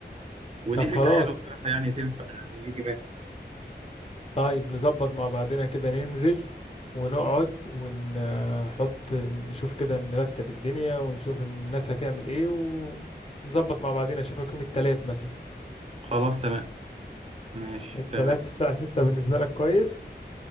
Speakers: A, on the right; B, on the left.
A: ودي
B: طب
A: فكره
B: خلاص
A: حلوه بصراحه يعني تنفع يعني يجي منها
B: طيب نظبط مع بعضنا كده ننزل ونقعد ونحط نشوف كده نرتب الدنيا ونشوف الناس هتعمل ايه ونظبط مع بعضنا اشوفك يوم التلات مثلا
A: خلاص تمام ماشي
B: التلاتة
A: تمام
B: الساعة ستة بالنسبة لك كويس